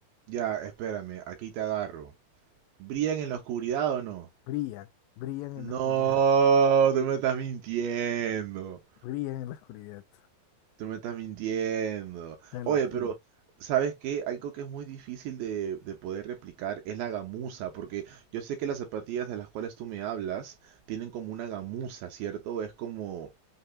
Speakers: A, on the right; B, on the left.
A: Ya, espérame, aquí te agarro. ¿Brillan en la oscuridad o no?
B: Brillan, brillan
A: No,
B: en la oscuridad,
A: tú me estás mintiendo.
B: <laughs> brillan en la oscuridad,
A: Tú me estás mintiendo.
B: te lo
A: Oye,
B: juro.
A: pero ¿sabes qué? Algo que es muy difícil de, de poder replicar es la gamuza, porque yo sé que las zapatillas de las cuales tú me hablas tienen como una gamuza, ¿cierto? Es como...